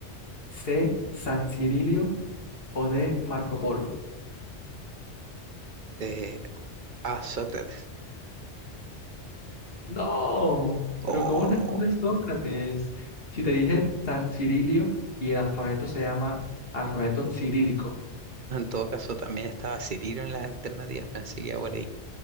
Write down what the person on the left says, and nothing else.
C. San Cirilio o D. Marco Polo.
No,
pero ¿cómo responde Sócrates? Si te dije San Cirilio y el alfabeto se llama alfabeto cirílico.